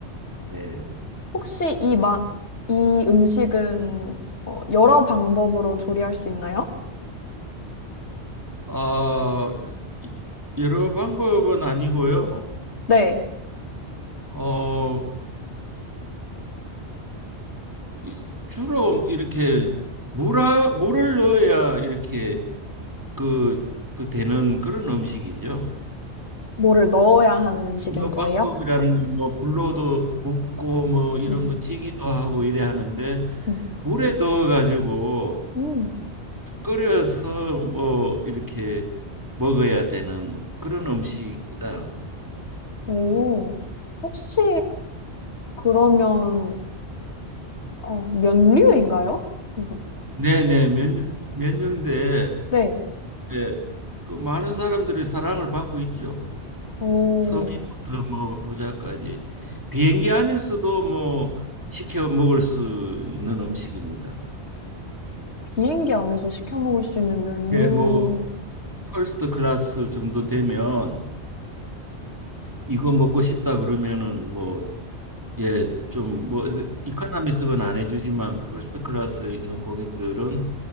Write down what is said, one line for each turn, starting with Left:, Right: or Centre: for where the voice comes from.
Right: 네.
Left: 혹시 이 마, 이 음식은 어, 여러 방법으로 조리할 수 있나요?
Right: 아, 이- 여러 방법은 아니고요.
Left: 네.
Right: 어, 이- 주로 이렇게 물하, 물을 넣어야 이렇게 그, 그 되는 그런 음식이죠.
Left: 뭐를 넣어야 하는 음식인
Right: 이
Left: 거예요?
Right: 방법이라는 건 뭐 불로도 굽고 뭐 이런
Left: 음,
Right: 거 찌기도 하고 이래 하는데
Left: 음,
Right: 물에 넣어 가지고
Left: 음.
Right: 끓여서 뭐 이렇게 먹어야 되는 그런 음식이다.
Left: 오, 혹시 그러면 어, 면류인가요? 이것도?
Right: 네네 몇 년, 몇 년대
Left: 네.
Right: 예, 그 많은 사람들이 사랑을 받고 있죠.
Left: 오,
Right: 서민부터 뭐 부자까지 비행기 안에서도 뭐 시켜 먹을 수 있는 음식입니다.
Left: 비행기 안에서 시켜 먹을 수 있는 면류.
Right: 예, 뭐 퍼스트 클래스 정도 되면 이거 먹고 싶다 그러면은 뭐 예, 좀 뭐 이코노미석은 안 해주지만 퍼스트 클래스에 있는 고객들은